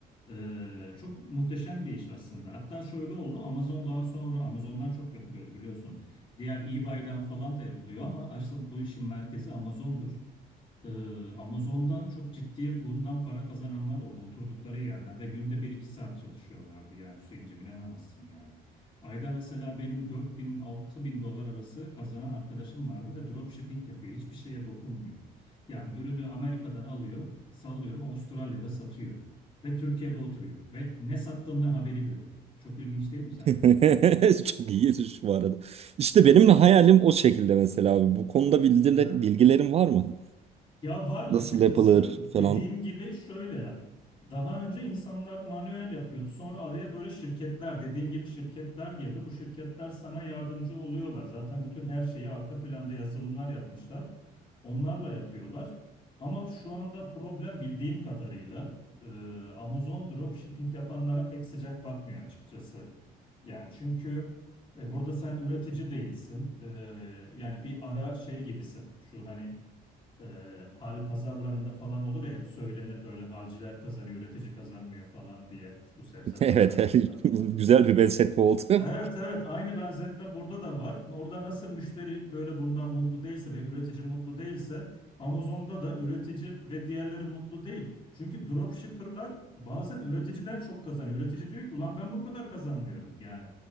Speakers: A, on the left (about 30°); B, on the right (about 40°).
A: Ee, çok muhteşem bir iş aslında hatta şöyle oldu Amazon daha sonra Amazon'dan çok yapılıyordu biliyorsun diğer eBay'den falan da yapılıyor ama aslında bu işin merkezi Amazon'dur Ee, Amazon'dan çok ciddi bundan para kazananlar oldu oturdukları yerden ve günde bir iki saat çalışıyorlardı yani Hüseyin'cim inanamazsın yani. Ayda mesela benim 4000 bin dolar arası kazanan arkadaşım vardı ve dropshipping yapıyor. Hiçbir şeye dokunmuyor. Yani ürünü Amerika'dan alıyor, sallıyorum Avustralya'da satıyor ve Türkiye'de oturuyor ve ne sattığından haberi bile yok. Çok ilginç değil mi
B: <laughs>
A: sence
B: Çok iyi yetiş bu arada. İşte benim de hayalim o şekilde mesela abi. Bu konuda bildiler,
A: de?
B: bilgilerin var mı?
A: Ya var açıkçası
B: Nasıl yapılır falan.
A: dediğim gibi
B: <laughs>
A: şöyle daha önce insanlar manuel yapıyordu sonra araya böyle şirketler dediğin gibi şirketler girdi bu şirketler sana yardımcı oluyorlar zaten bütün her şeyi arka planda yazılımlar yapmışlar onlarla yapıyorlar ama şu anda problem bildiğim kadarıyla e, Amazon dropshipping yapanlara pek sıcak bakmıyor açıkçası yani çünkü e, burada sen üretici değilsin E, yani bir ara şey gibisin şu hani e, hal pazarlarında falan olur ya hep söylenir böyle halciler kazanıyor, üretici kazanmıyor falan diye bu sebze pazarlarında
B: Evet,
A: falan.
B: <laughs> güzel bir benzetme oldu. <laughs>
A: Evet evet aynı benzetme burada da var. Orada nasıl müşteri böyle bundan mutlu değilse ve üretici mutlu değilse Amazon'da da üretici ve diğerleri mutlu değil. Çünkü dropshipper'lar bazen üreticiden çok kazanıyor. Üretici diyor ki ulan ben bu kadar kazanmıyorum yani.